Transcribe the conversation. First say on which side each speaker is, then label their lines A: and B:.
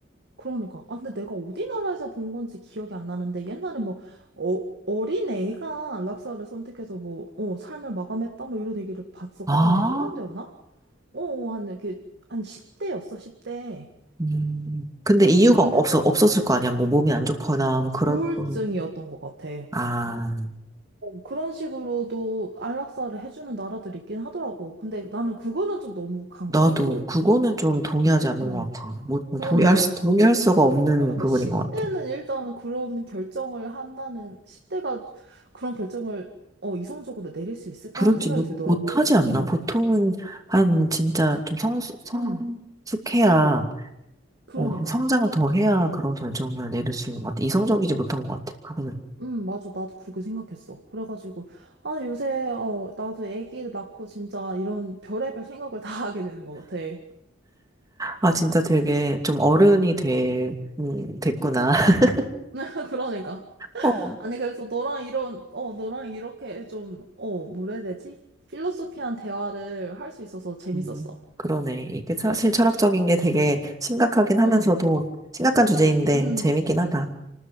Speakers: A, on the right; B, on the right.
A: 그러니까. 아, 근데 내가 어디 나라에서 본 건지 기억이 안 나는데, 옛날에 뭐, 어, 어린 애가 락사를 선택해서 뭐, 어, 삶을 마감했다, 뭐 이런 얘기를 봤었거든.
B: 아,
A: 네덜란드였나? 어, 어, 한, 이렇게, 한 10대였어, 10대.
B: 음. 근데 이유가
A: 어, 근데
B: 없어 없었을 거 아니야. 뭐 몸이 안 좋거나 뭐 그렇고.
A: 우울증이었던 것 같아.
B: 아,
A: 그런 식으로도 안락사를 해주는 나라들이 있긴 하더라고. 근데 나는 그거는 좀 너무 간
B: 나도
A: 것 같고.
B: 그거는 좀 동의하지 않는
A: 음
B: 것 같아. 뭐
A: 그러니까.
B: 동의할 수 동의할 수가 없는
A: 그러니까
B: 부분인
A: 10대는
B: 것 같아.
A: 일단 그런 결정을 한다는, 10대가 그런 결정을, 어, 이성적으로 내릴 수 있을까
B: 그렇지
A: 하는 생각이
B: 못,
A: 들더라고.
B: 못하지 않나?
A: 음
B: 보통은 한 진짜 좀 성, 성숙해야
A: 음 그러니까.
B: 어, 성장을 더 해야 그런 결정을 내릴 수 있는 것 같아. 이성적이지 못한 것 같아. 그거는
A: 응 맞아. 나도 그렇게 생각했어. 그래가지고, 아, 요새, 어, 나도 아기를 낳고 진짜 이런 별의별 생각을 다 <laughs> 하게 되는 것 같아.
B: 아 진짜 되게 좀 어른이 돼, 음, 됐구나. <laughs>
A: <laughs> 그러니까.
B: 어,
A: 아니, 그래서 너랑 이런, 어, 너랑 이렇게 좀, 어, 뭐라 해야 되지? 필로소피한 대화를 할 수 있어서 재밌었어.
B: 음, 그러네. 이게 사실 철학적인 게 되게 심각하긴 하면서도
A: 음,
B: 심각한 주제인데
A: 음.
B: 재밌긴 하다.